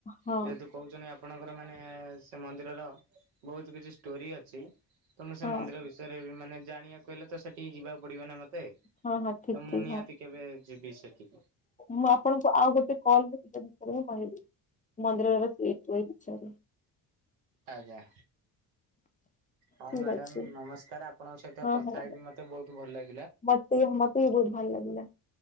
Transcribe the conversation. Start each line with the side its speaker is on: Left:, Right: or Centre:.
Left: ହଁ
Right: ଯେହେତୁ କହୁଛନ୍ତି ଆପଣଙ୍କର ମାନେ ସେ ମନ୍ଦିରର ବହୁତ କିଛି ଷ୍ଟୋରି ଅଛି। ତ ମୁଁ ସେ
Left: ହଁ
Right: ମନ୍ଦିର ବିଷୟରେ ବି ମାନେ ଜାଣିବାକୁ ହେଲେ ତ ସେଠିକି ଯିବାକୁ ପଡିବ ନା ମତେ ତ
Left: ହଁ ହଁ ଠିକ
Right: ମୁଁ
Left: ଠିକ
Right: ନିହାତି
Left: ହଁ।
Right: କେବେ ଯିବି ସେଠି
Left: ମୁଁ ଆପଣଙ୍କୁ ଆଉ ଗୋଟେ କଲ ରେ ସେହି ବିଷୟରେ ହିଁ ମୁଁ କହିବି ମନ୍ଦିରରେ ସେ ତୋଇ ବିଛୟ ରେ।
Right: ଆଜ୍ଞା। ହଁ
Left: ଠିକ
Right: ମ୍ୟାଡାମ
Left: ଅଛି
Right: ନମସ୍କାର ଆପଣଙ୍କ ସହିତ
Left: ହଁ
Right: କଥା
Left: ହଁ
Right: ହେଇକି ମତେ ବହୁତ ଭଲ ଲା
Left: ମତେ ବି ମତେ ବି ବହୁତ ଭଲ ଲାଗିଲା।